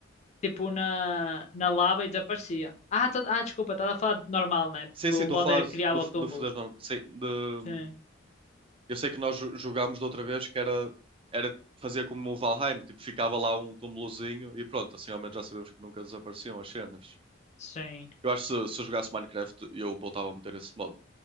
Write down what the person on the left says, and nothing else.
tipo na, na lava e desaparecia. Ah, tá- ah desculpa, estava a falar de normal, né? Porque
o
modo
era criar
o túmulo.
Sim,
sim.